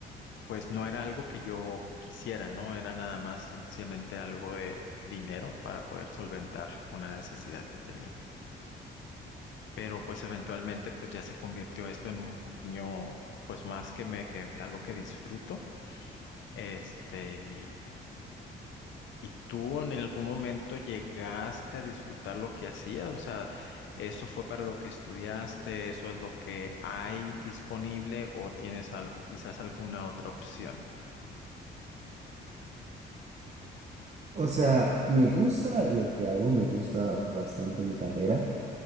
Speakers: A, on the left; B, on the right.
A: pues no era algo que yo quisiera, ¿no? Era nada más simplemente algo de dinero para poder solventar una necesidad que tenía. Pero pues eventualmente pues ya se convirtió esto en un poquillo, pues más que me, que algo que disfruto. Este, y, y tú en algún momento llegaste a disfrutar lo que hacías, o sea, ¿eso fue para lo que estudiaste? ¿Eso es lo que hay disponible o tienes algo, quizás alguna otra opción?
B: O sea, me gusta lo que hago, me gusta bastante mi carrera,